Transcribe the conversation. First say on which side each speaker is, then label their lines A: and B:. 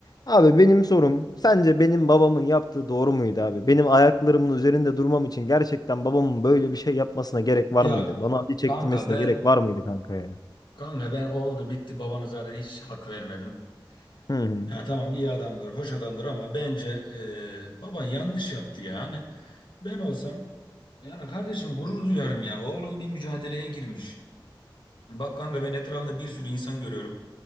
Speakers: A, on the left; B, on the left.
A: Abi benim sorum, sence benim babamın yaptığı doğru muydu abi? Benim ayaklarımın üzerinde durmam için gerçekten babamın böyle bir şey yapmasına gerek var
B: Ya
A: mıydı? Bana acı çektirmesine
B: kanka ben
A: gerek var mıydı kanka ya?
B: kanka ben oldu bitti babana zaten hiç hak vermedim.
A: Hı hı.
B: Ya tamam iyi adamdır, hoş adamdır ama bence e, baban yanlış yaptı ya. Hani ben olsam yani kardeşim gurur duyarım ya. Oğlum bir mücadeleye girmiş. Bak kanka ben etrafında bir sürü insan görüyorum.